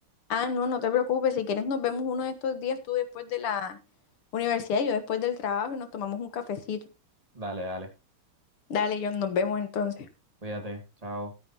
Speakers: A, on the left; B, on the right.
A: Ah, no, no te preocupes. Si quieres, nos vemos uno de estos días, tú después de la universidad y yo después del trabajo y nos tomamos un cafecito.
B: Dale, dale.
A: Dale, John, nos vemos entonces.
B: Cuídate. Chao.